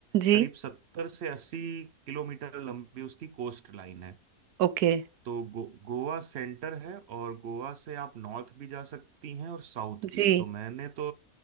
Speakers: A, on the right; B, on the right.
A: जी
B: करीब सत्तर से अस्सी किलोमीटर लंबी उसकी कोस्ट लाइन है
A: ओके
B: तो गो, गोवा सेंटर है और गोवा से आप नॉर्थ भी जा सकती हैं और साउथ भी
A: जी
B: तो मैंने तो